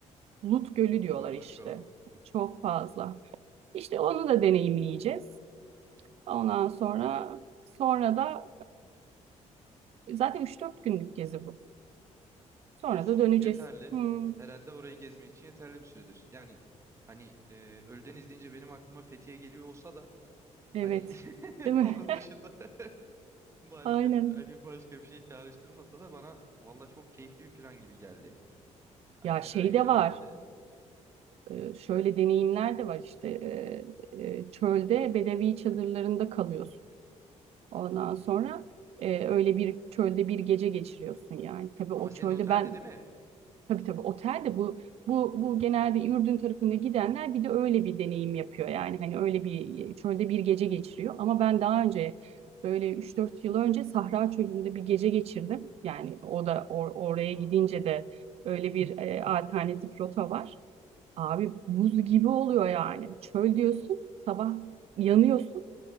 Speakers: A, on the right; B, on the right.
A: Lut
B: Hmm,
A: Gölü
B: tuz
A: diyorlar
B: oranı
A: işte.
B: çok.
A: Çok fazla. İşte onu da deneyimleyeceğiz. Ondan sonra Sonra da Zaten üç dört günlük gezi bu. Sonra
B: Olsun
A: da döneceğiz.
B: yeterli.
A: Hmm,
B: Herhalde orayı gezmek için yeterli bir süredir. Yani hani e, Ölüdeniz deyince benim aklıma Fethiye geliyor olsa da
A: evet.
B: hani <laughs>
A: Değil mi?
B: onun dışında <laughs> maalesef
A: <laughs> Aynen.
B: hani başka bir şey çağrıştırmasa da bana valla çok keyifli bir plan gibi geldi. Hani
A: Ya
B: güzel
A: şey
B: güzel
A: de var.
B: böyle.
A: e, Şöyle deneyimler de var işte. e, e, Çölde bedevi çadırlarında kalıyorsun. Ondan
B: Hmm.
A: sonra e, öyle bir çölde bir gece geçiriyorsun yani. Tabii o
B: Ama senin
A: çölde
B: otelde
A: ben
B: değil mi?
A: Tabii tabii otel de bu bu bu genelde Ürdün tarafına gidenler bir de öyle bir deneyim yapıyor. Yani hani öyle bir çölde bir gece geçiriyor. Ama ben daha önce böyle üç dört yıl önce Sahra Çölü'nde bir gece geçirdim. Yani o da or- oraya
B: Aa,
A: gidince de öyle bir e, alternatif rota var. Abi buz gibi oluyor yani. Çöl diyorsun, sabah yanıyorsun.